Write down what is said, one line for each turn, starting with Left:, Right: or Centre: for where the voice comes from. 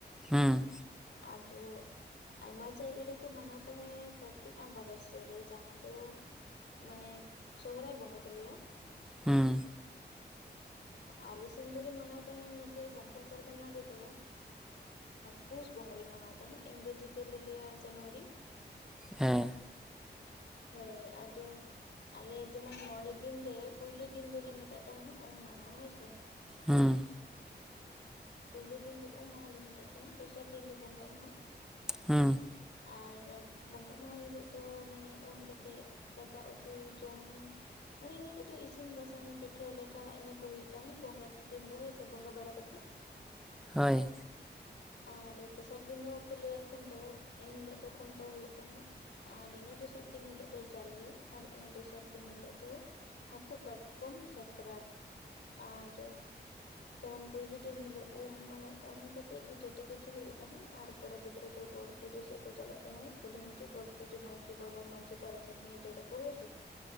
Centre: ᱦᱩᱸ
Left: ᱟᱫᱚ ᱟᱭᱢᱟ ᱡᱟᱭᱜᱟ ᱨᱮᱠᱚ ᱢᱟᱱᱟᱣ ᱛᱟᱸᱦᱮᱜ ᱠᱟᱨᱛᱤᱠ ᱟᱢᱵᱟ ᱵᱟᱥᱤᱭᱟᱹ ᱡᱟᱦᱟᱸ ᱫᱚ ᱢᱟᱱᱮ ᱥᱚᱦᱚᱨᱟᱭ ᱵᱚᱸᱜᱟ ᱠᱚ ᱞᱟᱹᱭᱟ᱾
Centre: ᱦᱩᱸ ᱾
Left: ᱟᱞᱮ ᱥᱮᱱ ᱫᱞᱮ ᱢᱟᱱᱟᱣ ᱛᱟᱦᱮᱸᱫ ᱱᱚᱛᱮ ᱥᱟᱱᱛᱟᱞ ᱯᱟᱨᱜᱟᱱᱟ ᱨᱮᱫᱚ ᱯᱩᱥ ᱵᱚᱸᱜᱟ ᱞᱮ ᱢᱟᱱᱟᱣ ᱛᱟᱦᱮᱸᱫ ᱤᱝᱨᱮᱡᱤ ᱛᱮᱞᱮ ᱞᱟᱹᱭᱟ ᱡᱟᱱᱩᱣᱟᱨᱤ,
Centre: ᱦᱮᱸ ᱾
Left: ᱦᱳᱭ ᱟᱫᱚ ᱟᱞᱮ ᱡᱮᱢᱚᱱ ᱢᱚᱬᱮ ᱫᱤᱱ ᱨᱮ ᱯᱩᱭᱞᱩ ᱫᱤᱱ ᱫᱚᱞᱮ ᱢᱮᱛᱟᱜ ᱛᱟᱦᱮᱱᱟ ᱩᱢ ᱢᱟᱦᱟ ᱦᱳᱭ ᱥᱮ,
Centre: ᱦᱩᱸ ᱾
Left: ᱯᱩᱭᱞᱩ ᱫᱤᱱ ᱫᱚ ᱩᱢ ᱢᱟᱦᱟ ᱞᱮ ᱢᱮᱛᱟᱜ ᱛᱟᱦᱮᱱ ᱫᱚᱥᱟᱨ ᱫᱤᱱ ᱫᱚ ᱵᱚᱸᱜᱟᱜ ᱢᱟᱦᱟ᱾
Centre: ᱦᱩᱸ᱾
Left: ᱟᱨ ᱵᱚᱸᱜᱟᱜ ᱢᱟᱦᱟ ᱦᱤᱞᱳᱜ ᱫᱚ ᱢᱟᱱᱮ ᱩᱢ ᱠᱟᱛᱮᱫ ᱫᱟᱠᱟ ᱩᱛᱩ ᱡᱚᱢ ᱢᱟᱱᱮ ᱮᱱᱦᱤᱞᱳᱜ ᱫᱚ ᱤᱥᱤᱱ ᱵᱟᱥᱟᱝ ᱯᱤᱴᱷᱟᱹ ᱞᱟᱴᱷᱟ ᱤᱱᱟᱹ ᱠᱚ ᱦᱩᱭᱩᱜ ᱛᱟᱦᱮᱸᱫ ᱵᱚᱸᱜᱟ ᱫᱤᱱ ᱫᱚ ᱦᱳᱭ ᱥᱮ ᱵᱚᱸᱜᱟ ᱵᱟᱲᱟ ᱠᱟᱛᱮᱫ,
Centre: ᱦᱳᱭ ᱾
Left: ᱟᱨ ᱛᱮᱥᱟᱨ ᱫᱤᱱ ᱫᱚᱠᱚ ᱞᱟᱹᱭᱟ ᱠᱷᱩᱱᱴᱟᱹᱣ ᱮᱱᱦᱤᱞᱳᱜ ᱫᱚ ᱠᱷᱩᱱᱴᱟᱹᱣ ᱦᱩᱭᱩᱜ ᱛᱟᱦᱮᱸᱫ, ᱟᱨ ᱤᱱᱟᱹ ᱫᱚᱥᱟᱨ ᱫᱤᱱ ᱦᱤᱞᱳᱜ ᱫᱚ ᱡᱟᱞᱮ ᱟᱨ ᱤᱱᱟᱹ ᱫᱚᱥᱟᱨ ᱫᱤᱱ ᱦᱤᱞᱳᱜ ᱫᱚ ᱦᱟᱹᱠᱩ ᱠᱟᱴᱠᱚᱢ ᱥᱟᱠᱨᱟᱛ ᱟᱨ ᱡᱮᱢᱚᱱ ᱯᱩᱭᱞᱩ ᱫᱤᱱ ᱦᱤᱞᱳᱜ ᱩᱢ ᱢᱟᱱᱮ ᱩᱢ ᱠᱟᱛᱮᱜ ᱜᱮ ᱡᱚᱛᱚ ᱠᱤᱪᱷᱩ ᱦᱩᱭᱩᱜ ᱛᱟᱦᱮᱸᱫ ᱟᱨ ᱠᱚᱲᱟ ᱜᱤᱫᱽᱨᱟᱹ ᱫᱚ ᱜᱚᱰ ᱯᱩᱡᱟᱹ ᱥᱮᱫ ᱠᱚ ᱪᱟᱞᱟᱜ ᱛᱟᱦᱮᱸᱫ ᱠᱩᱞᱦᱤ ᱢᱩᱪᱟᱹ ᱜᱚᱰ ᱯᱩᱡᱟᱹ ᱱᱟᱭᱠᱮ ᱵᱟᱵᱟ ᱢᱟᱺᱡᱷᱤ ᱯᱟᱨᱟᱱᱤᱠ ᱱᱤᱭᱮ ᱡᱷᱚᱛᱚ ᱠᱩ ᱥᱮ,